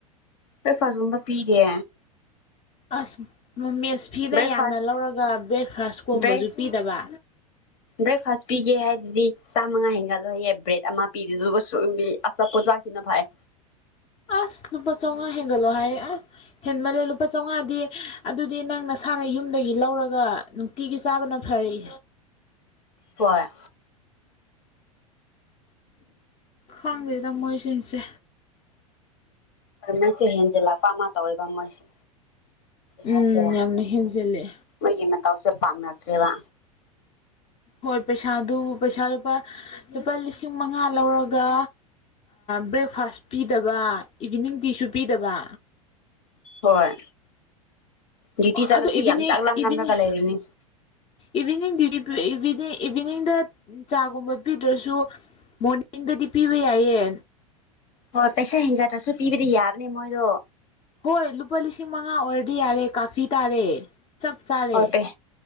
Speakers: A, on the left; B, on the left.
A: ꯀ ꯐꯖꯨꯝꯕ ꯄꯤꯒꯦ
B: ꯑꯁ ꯃꯦꯁꯐꯤꯗ
A: ꯕ꯭ꯔꯦꯛꯐꯥꯁ
B: ꯌꯥꯝꯅ ꯂꯧꯔꯒ ꯕ꯭ꯔꯦꯛꯐꯥꯁꯀꯨꯝꯕꯁꯨ
A: ꯕ꯭ꯔꯦꯛ
B: ꯄꯤꯗꯕ
A: ꯕ꯭ꯔꯦꯛꯐꯥꯁ ꯄꯤꯒꯦ ꯍꯥꯏꯗꯨꯗꯤ ꯆꯥꯝꯃꯉꯥ ꯍꯦꯟꯒꯠꯂꯣꯏꯍꯌꯦ ꯕ꯭ꯔꯦꯗ ꯑꯃ ꯄꯤꯗꯦꯗꯨꯒ ꯑꯆꯥꯄꯣꯠ ꯆꯥꯈꯤꯅ ꯐꯩꯌꯦ
B: ꯑꯁ ꯂꯨꯄ ꯆꯝꯉꯥ ꯍꯦꯒꯜꯂꯣ ꯍ ꯍꯥꯏ ꯑ ꯍꯦꯟꯃꯜꯂꯦ ꯂꯨꯄꯥ ꯆꯥꯝꯉꯥꯗꯤ ꯑꯗꯨꯗꯤ ꯅꯪ ꯅꯁꯥꯅ ꯌꯨꯝꯗꯒꯤ ꯂꯧꯔꯒ ꯅꯨꯡꯇꯤꯒꯤ ꯆꯥꯕꯅ ꯐꯩ
A: ꯍꯣꯏ
B: ꯈꯪꯗꯦꯗ ꯃꯣꯏꯁꯤꯡꯁꯦ
A: ꯃꯩꯁꯦ ꯍꯦꯟꯖꯜꯂꯛꯄ ꯑꯃ ꯇꯧ ꯑꯣꯏꯕ ꯃꯣꯏꯁꯦ
B: ꯎꯝ
A: ꯍꯥꯏꯁꯤꯔꯥ
B: ꯌꯥꯝꯅ ꯍꯦꯟꯖꯤꯜꯂꯦ
A: ꯃꯣꯏꯒꯤ ꯃꯇꯥꯎꯁꯦ ꯄꯥꯝꯅꯛꯇ꯭ꯔꯦꯕ
B: ꯍꯣꯏ ꯄꯩꯁꯥꯗꯨ ꯄꯩꯁꯥ ꯂꯨꯄꯥ ꯂꯨꯄꯥ ꯂꯤꯁꯤꯡ ꯃꯉꯥ ꯂꯧꯔꯒ ꯕ꯭ꯔꯦꯛꯐꯥꯁ ꯄꯤꯗꯕ ꯏꯚꯤꯅꯤꯡ ꯇꯤꯁꯨ ꯄꯤꯗꯕ
A: ꯍꯣꯏ ꯗꯤꯇꯤ ꯆꯠꯂꯁꯨ
B: ꯑꯗꯣ ꯏꯚꯤꯅꯤꯡ
A: ꯌꯥꯝ ꯆꯥꯛ ꯂꯥꯝ
B: ꯏꯚꯤꯅꯤꯡ
A: ꯂꯝꯅꯒ ꯂꯩꯔꯤꯅꯤ
B: ꯏꯚꯤꯅꯤꯡ ꯗ꯭ꯌꯨꯇꯤꯅꯤꯡ ꯏꯚꯤꯅꯤꯡꯗ ꯆꯥꯒꯨꯝꯕ ꯄꯤꯗ꯭ꯔꯁꯨ ꯃꯣꯔꯅꯤꯡꯗꯗꯤ ꯄꯤꯕ ꯌꯥꯏꯌꯦ
A: ꯍꯣꯏ ꯄꯩꯁꯥ ꯍꯦꯟꯖꯗ꯭ꯔꯁꯨ ꯄꯤꯕꯗꯤ ꯌꯥꯕꯅꯦ ꯃꯣꯏꯗꯣ
B: ꯍꯣꯏ ꯂꯨꯄꯥ ꯂꯤꯁꯤꯡ ꯃꯉꯥ ꯑꯣꯏꯔꯗꯤ ꯌꯥꯔꯦ ꯀꯥꯐꯤ ꯇꯥꯔꯦ ꯆꯞ ꯆꯥꯔꯦ
A: <unintelligible>